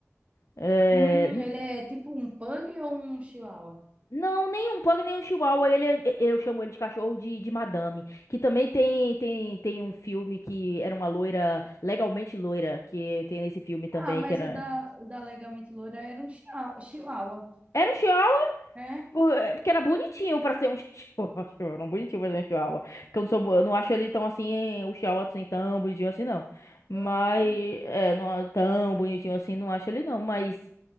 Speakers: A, on the left; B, on the right.
A: É,
B: Hum,
A: n-
B: ele é tipo um pug ou um chihuahua?
A: não, nem um pug, nem um chihuahua, ele, é- eu chamo ele de cachorro de, de madame, que também tem, tem, tem um filme que era uma loira, legalmente loira, que tem nesse filme também,
B: Ah, mas
A: que era...
B: o da, o da Legalmente Loura era um chia- chihuahua.
A: Era um chihuahua,
B: É?
A: Pô, é, Porque era bonitinho pra ser um <laughs> chihuahua. Era um bonitinho pra ser um chihuahua. Porque eu não sou, eu não acho ele tão assim, eh, o chihuahua assim, tão bonitinho assim, não. Mas,
B: Aham.
A: é, não é tão bonitinho assim, não acho ele não. Mas,